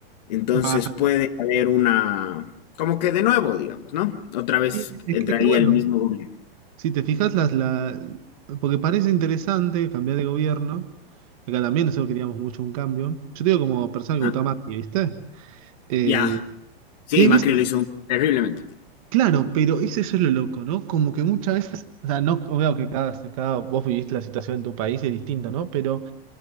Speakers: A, on the left; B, on the right.
A: entonces
B: Va.
A: puede haber una, como que de nuevo, digamos, ¿no? Otra vez
B: Y- Es
A: entraría
B: que, es que bueno,
A: el mismo gobierno.
B: si te fijas, las, la... porque parece interesante cambiar de gobierno. Acá también nosotros queríamos mucho un cambio. Yo te digo como persona que
A: Ah,
B: votó a Macri, ¿viste? Eh,
A: ya, sí,
B: y hay veces,
A: Macri lo hizo un- terriblemente.
B: claro, pero ese es lo loco, ¿no? Como que muchas veces, o sea, no, veo que cada, cada vos viviste la situación en tu país es distinto, ¿no? Pero